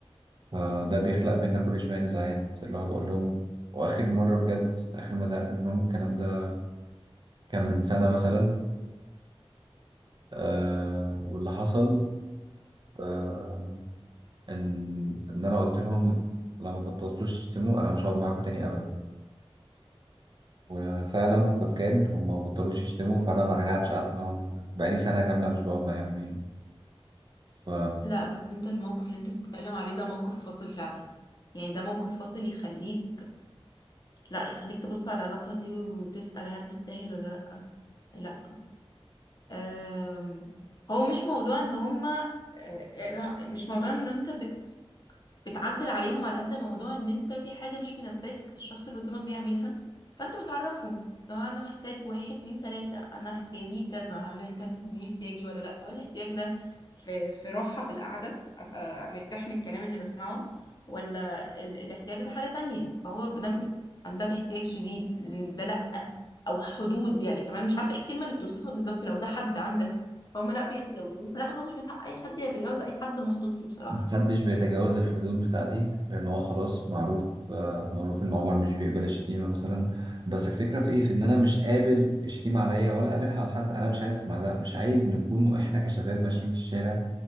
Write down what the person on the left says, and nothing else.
لا بس انت الموقف اللي انت بتتكلم عليه ده موقف فاصل فعلا يعني ده موقف فاصل يخليك لا يخليك تبص على العلاقه دي وتسال هل تستاهل ولا لا آم، هو مش موضوع ان هما آه، يعني مش موضوع ان انت بت بتعدل عليهم على قد ما موضوع ان انت في حاجة مش مناسباك الشخص اللي قدامك بيعملها فانت بتعرفه لو انا محتاج واحد اتنين تلاتة انا احتياجي كذا هل انت هتديني احتياجي ولا لا سواء الاحتياج ده في في راحة في القعدة ابقى مرتاح من الكلام اللي بسمعه ولا ال... الاحتياج ده حاجة تانية فهو بدم عندك احتياج شديد لإن ده لا او حدود يعني كمان مش عارفة ايه الكلمة اللي بتوصفها بالظبط لو ده حد عندك فهم لا بيتجاوزوه فلا هو مش من حق اي حد يتجاوز اي حد محطوط له بصراحة